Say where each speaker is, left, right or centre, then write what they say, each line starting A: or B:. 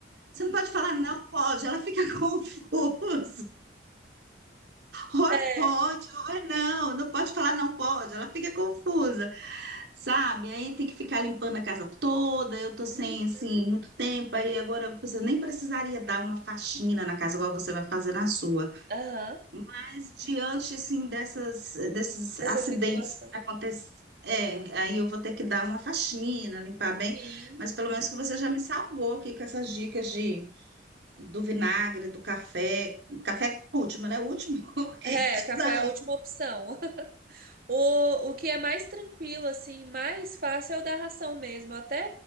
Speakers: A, on the right; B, on the right.
A: Você não pode falar não pode, ela fica <laughs> confusa. Ou é
B: É.
A: pode, ou é não, não pode falar não pode, ela fica confusa, sabe? Aí tem que ficar limpando a casa toda, eu tô sem,
B: Uhum.
A: assim, muito tempo, aí agora você nem precisaria dar uma faxina na casa igual você vai fazer na sua.
B: Aham.
A: Mas diante, assim, dessas, desses
B: Dessa
A: acidentes
B: situação.
A: que acontecem, é, aí eu vou ter que dar uma faxina, limpar bem,
B: Sim.
A: mas pelo menos que você já me salvou aqui com essas dicas de, do vinagre, do café, café último, né? O último <laughs>
B: É,
A: item
B: o café
A: da
B: é
A: lista.
B: a última opção. <laughs> O, o que é mais tranquilo, assim, mais fácil é o da ração mesmo. Eu Até